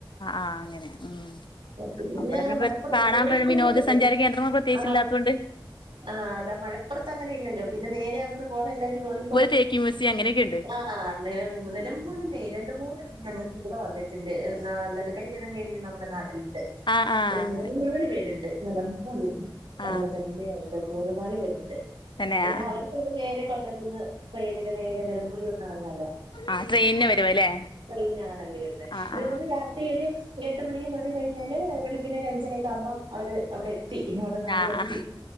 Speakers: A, on the left (about 65°); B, on the right (about 90°).
A: ആഹ് അങ്ങനെ ഉം
B: പിന്നെ
A: അവിടെ
B: അങ്ങനെ മലപ്പുറല്ല
A: കാണാൻ
B: കോഴിക്കോട്ക്ക
A: വിനോദസഞ്ചാര കേന്ദ്രങ്ങൾ പ്രത്യേകിച്ച്
B: ആ
A: ഇല്ലാത്തോണ്ട്
B: ആ അതാ മലപ്പുറത്ത് അങ്ങനെ ഇല്ലല്ലോ പിന്നെ നേരെ അങ്ങനെ പോണ എല്ലാരും കോഴിക്കോട്
A: ചേക്ക് മസ്സി അങ്ങനെയക്കെ ഉണ്ട്
B: ആ നിലമ്പൂരിന്ന് രണ്ട് മൂന്ന് വെട്ടം ങ്ങള് എവിടെ വന്നു ത്തിന്റെ കല്യാണം കഴിഞ്ഞ് നമ്മുടെ നാട്ടിലുണ്ട്
A: ആഹ് ആഹ്
B: ഒരു
A: അങ്ങനെ
B: മൂന്ന് നാല് പേരുണ്ട് നിലമ്പൂര് കൊല്ലത്ത്
A: ആഹ്
B: തന്നെ രണ്ട് മൂന്ന് നാല് പേരുണ്ട്
A: തന്നെ
B: പിന്നെ
A: ആഹ്
B: അവർക്കടെ നേരെ കൊല്ലത്ത് ട്രെയിനിന് നേരെ നിലമ്പൂര് വന്ന് ല്ലോ
A: ആഹ് ട്രെയിനിന് വരുവല്ലേ
B: ട്രെയിന് ആണ് അവര് വരുന്ന
A: ആഹ്
B: അതെ
A: ആഹ്
B: പോലെ രാത്രി ഒരു ഒരു എട്ട് മണിക്ക് കേറി കഴിഞ്ഞാല് വെളിപ്പിന്നെ ഒരു അഞ്ചര ഒക്ക ആകുമ്പം അവര് അവിടെ എ എത്തി നമ്മടെ നാട്ടില്
A: ആഹ്
B: എത്തി